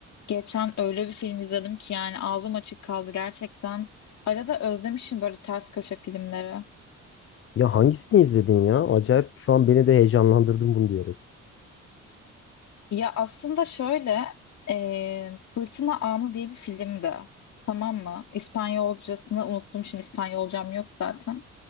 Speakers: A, on the left; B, on the left.
A: Geçen öyle bir film izledim ki yani ağzım açık kaldı gerçekten. Arada özlemişim böyle ters köşe filmleri.
B: Ya hangisini izledin ya? Acayip şu an beni de heyecanlandırdın bunu diyerek.
A: Ya aslında şöyle e, Fırtına Anı diye bir filmdi. Tamam mı? İspanyolcasını unuttum şimdi İspanyolcam yok zaten.